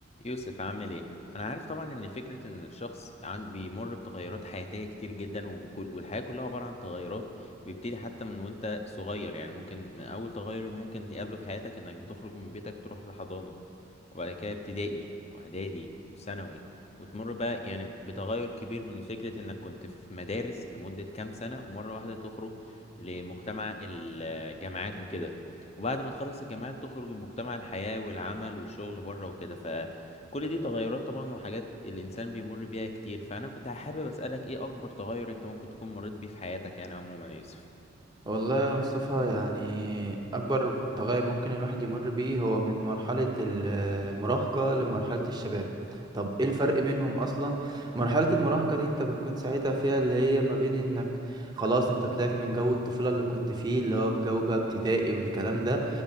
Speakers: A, on the left (about 30°); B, on the right (about 20°).
A: يوسف عامل ايه؟ انا عارف طبعا ان فكرة ان الشخص عن بيمر بتغيرات حياتية كتير جدا وكل والحياة كلها عبارة عن تغيرات بيبتدي حتى من وانت صغير يعني ممكن من اول تغير ممكن تقابله في حياتك انك بتخرج من بيتك تروح لحضانة وبعد كده ابتدائي واعدادي وثانوي وتمر بقى يعني بتغير كبير من فكرة انك كنت في مدارس لمدة كام سنة ومرة واحدة تخرج لمجتمع الجامعات وكده وبعد ما تخلص الجامعات تخرج لمجتمع الحياة والعمل والشغل بره وكده ف كل دي تغيرات طبعا وحاجات الإنسان بيمر بيها كتير فأنا كنت حابب أسألك إيه أكبر تغير أنت ممكن تكون مريت بيه في حياتك يعني عموما يا يوسف
B: والله يا مصطفى يعني أكبر تغير ممكن الواحد يمر بيه هو من مرحلة المراهقة لمرحلة الشباب طب ايه الفرق
A: حلو
B: بينهم أصلا مرحلة المراهقة دي انت بتكون ساعتها فيها اللي هي ما بين انك خلاص انت طلعت من جو الطفولة اللي كنت فيه اللي هو في جو بقى ابتدائي والكلام ده